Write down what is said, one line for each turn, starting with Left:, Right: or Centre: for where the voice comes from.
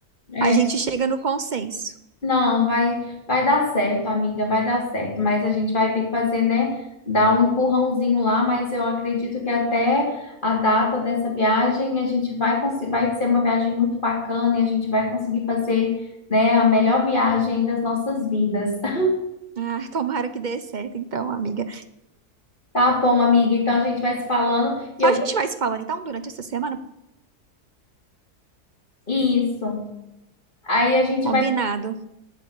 Left: É,
Right: a gente chega no consenso.
Left: Não, vai, vai dar certo, amiga, vai dar certo. Mas a gente vai ter que fazer, né? Dar um empurrãozinho lá, mas eu acredito que até a data dessa viagem a gente vai conseguir, vai ser uma viagem muito bacana e a gente vai conseguir fazer, né, a melhor viagem das nossas vidas. <laughs>
Right: Ah, <laughs> tomara que dê certo, então, amiga.
Left: Tá bom, amiga? Então a gente vai se falando
Right: Então
Left: e eu
Right: a gente vai se falando então durante essa semana,
Left: isso. Aí a gente
Right: combinado.
Left: vai,